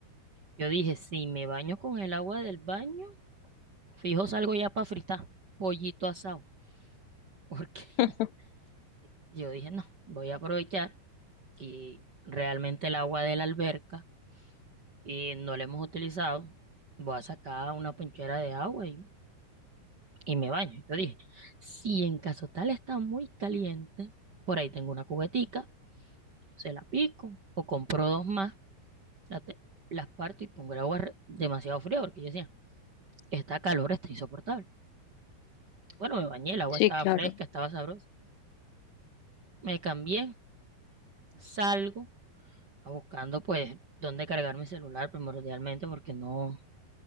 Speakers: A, on the right; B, on the left.
A: yo dije, si me baño con el agua del baño, fijo salgo ya para fritar pollito asado, porque
B: <laughs>
A: <laughs> yo dije, no, voy a aprovechar que realmente el agua de la alberca eh, no la hemos utilizado, voy a sacar una ponchera de agua y y me baño. Yo dije, si en caso tal está muy caliente, por ahí tengo una cubetica, se la pico o compro dos más, la te- las parto y pongo el agua re- demasiado fría porque yo decía, está calor está insoportable. Bueno, me bañé, el agua
B: Sí,
A: estaba
B: claro.
A: fresca, estaba sabrosa. Me cambié, salgo a buscando pues dónde cargar mi celular primordialmente porque no,